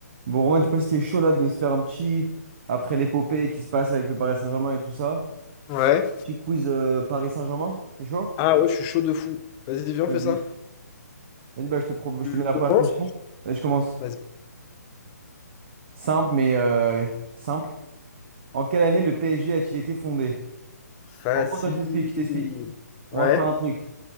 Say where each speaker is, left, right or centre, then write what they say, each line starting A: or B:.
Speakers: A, on the right; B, on the left.
A: Bon, Romain, je sais pas si t'es chaud là de se faire un petit, après l'épopée qui se passe avec le Paris Saint-Germain et tout ça,
B: Ouais.
A: petit quiz euh, Paris Saint-Germain, t'es chaud?
B: Ah ouais, je suis chaud de fou. Vas-y, viens,
A: Vas-y.
B: on fait ça.
A: Vas-y, bah, je te, pro- je
B: Je
A: te mets la
B: commence.
A: première question. Allez, je commence.
B: Vas-y.
A: Simple, mais euh, simple. En quelle année le PSG a-t-il été fondé?
B: Facile.
A: En gros, attends, je t'explique, je t'explique.
B: Ouais.
A: On va faire un truc.